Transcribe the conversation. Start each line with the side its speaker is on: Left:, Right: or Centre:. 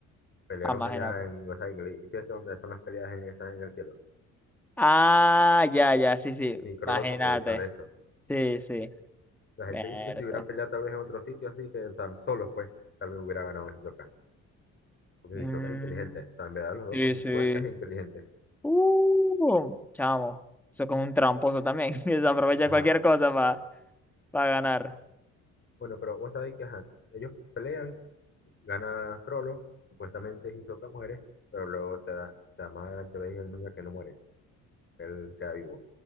Left: pelearon
Centre: Ah, imagínate.
Left: allá en, o sea, en el edificio este donde son las peleas en, esa- en el cielo.
Centre: Ah, ya, ya, sí, sí.
Left: Y Crollo
Centre: Imagínate.
Left: se aprovechó de eso.
Centre: Sí, sí.
Left: La
Centre: Verte.
Left: gente dice que si hubieran peleado tal vez en otro sitio así, que o sea, solos pues, tal vez hubiera ganado Hisoka. Porque
Centre: Mm,
Left: Hisoka es inteligente, o sea, en verdad los dos
Centre: sí,
Left: son
Centre: sí.
Left: fuertes e inteligentes.
Centre: Uh, chamo. Eso con un tramposo también. <laughs> que se aprovecha
Left: Ajá.
Centre: cualquier cosa para ganar.
Left: Bueno, pero vos sabéis que ajá, ellos pelean, gana Crollo, supuestamente Hisoka muere, pero luego te da, o sea, más adelante veis en el manga que no muere, él queda vivo.